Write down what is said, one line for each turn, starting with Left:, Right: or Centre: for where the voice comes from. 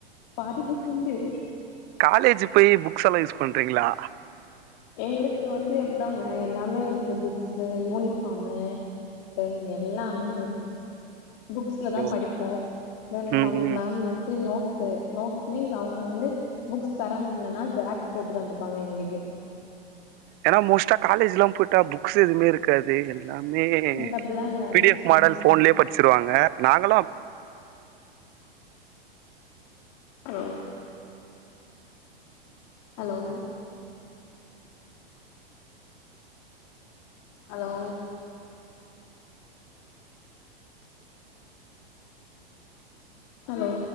Left: பாதி புக்குண்டு
Right: காலேஜு போய் புக்ஸ் எல்லா யூஸ் பண்றீங்ளா
Left: எங்களுக்கு வந்து எப்தாங்க எல்லாமே இருக்கு புக்ஸு யூனிஃபாமுு தென் எல்லாமே வரு புக்ஸ்லதா
Right: ஓ
Left: படிப்போ தென்
Right: ம்
Left: சம்
Right: ம்
Left: மேம் வந்து நோட்ஸ்சு நோட்ஸ் மீன்ஸ் அவுங்கள வந்து புக்ஸ் தர முட்லனா ஜெராக்ஸ் போட்டு தந்துப்பாங்க எங்களுக்கு
Right: ஏனா மோஸ்டா காலேஜ்குலா போய்ட்டா புக்ஸ் எதுமே இருக்காது எல்லாமே
Left: ம் அப்டிலா இல்ல
Right: P
Left: books
Right: D F model
Left: உண்டு
Right: ஃபோன்லே படிச்ருவாங்க நாங்களு
Left: ஓ ஹலோ ஹலோ ஹலோ